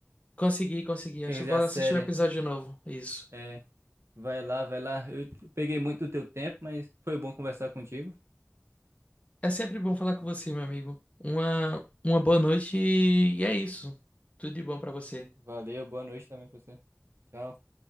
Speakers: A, on the left; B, on the right.
A: consegui, consegui.
B: Quer
A: Acho
B: dizer,
A: que vou
B: a série.
A: assistir o episódio novo. Isso.
B: É, vai lá, vai lá. Eu peguei muito do teu tempo, mas foi bom conversar contigo.
A: É sempre bom falar com você, meu amigo. Uma, uma boa noite e é isso. Tudo de bom pra você.
B: Valeu, boa noite também pra você. Tchau.